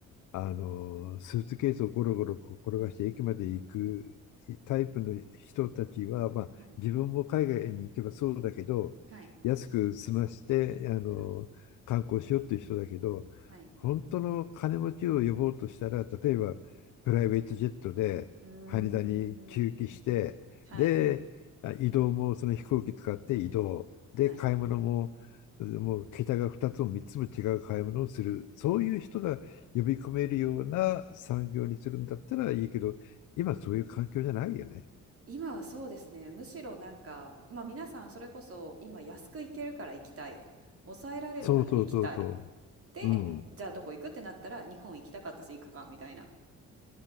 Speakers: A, on the left (about 80°); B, on the right (about 50°).
A: あの、スーツケースをゴロゴロこう転がして駅まで行くタイプの人たちは、
B: うん、うん、うん、うん。
A: まあ、
B: はい。
A: 自分も海外に行けばそうだけど、
B: はい。
A: 安く済まして、あの、
B: うん。
A: 観光しようっていう人だけど、
B: はい。
A: 本当の金持ちを呼ぼうとしたら、例えばプライベートジェットで羽田に駐機して、
B: うーん。はい。
A: で、移動もその飛行機使って移動。で、
B: はい。
A: 買い物も、もう桁が2つも3つも違う買い物をする。
B: うんうんうんうん。
A: そういう人が呼び込めるような産業にするんだったらいいけど、今そういう環境じゃないよね。
B: 今はそうですね。むしろなんか、まあ皆さんそれこそ今安く行けるから行きたい。抑えられるから行きたい。
A: そうそうそうそ
B: で、
A: ううん。
B: じゃあどこ行くってなったら日本行きたかったし行くかみたいな